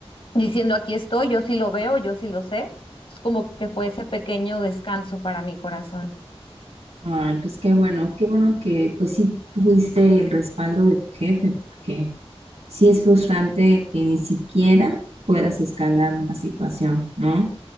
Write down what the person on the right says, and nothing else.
Ay, pues qué bueno, qué bueno que pues sí tuviste el respaldo de tu jefe, porque sí es frustrante que ni siquiera puedas escalar una situación, ¿no?